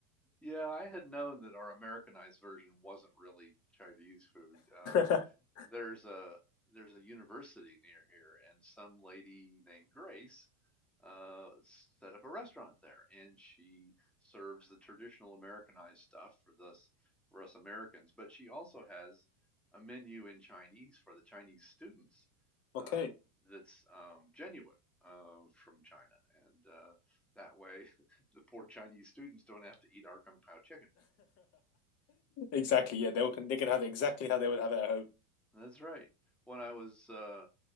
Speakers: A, in the centre; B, on the left.
A: Yeah, I had known that our Americanized version wasn't really Chinese food. Um,
B: <laughs>
A: there's a there's a university near here, and some lady named Grace uh, set up a restaurant there, and she serves the traditional Americanized stuff for this for us Americans. But she also has a menu in Chinese for the Chinese students
B: Okay.
A: uh,
B: <laughs>
A: that's um, genuine uh, from China, and uh, that way the poor Chinese students don't have to eat our kung pao chicken.
B: Exactly. Yeah, they will, they can have it exactly how they would have it at home.
A: That's right. When I was uh,